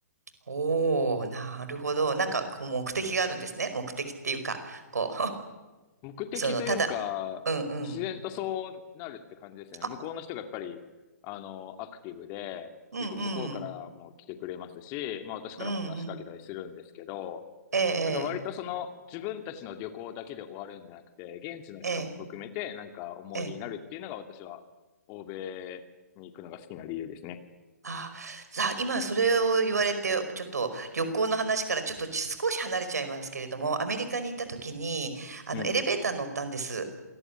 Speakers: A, on the right (about 70°); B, on the left (about 30°).
A: おー、なるほど。なんか、こう、目的があるんですね。目的っていうか、こ
B: 目的というか、
A: う、<laughs> その、ただ、うんうん。
B: 自然とそうなるって感じですね。
A: あ、
B: 向こうの人がやっぱり、あの、アクティブで、
A: うんうん。
B: 結構向こうからも来てくれますし、まあ私からも話しかけたりするんですけど、
A: うんうん。ええ、
B: なんか割とその自分たちの旅行だけで終わるんじゃなくて、現地の人も含めてなんか思い出になるっていうのが私は欧米に行くのが好きな理由ですね。
A: ええ、ええ。ええあ、さあ、今それを言われて、ちょっと旅行の話からちょっと少し離れちゃいますけれども、アメリカに行った時に、あの、
B: うん。
A: エレベーター乗ったんです。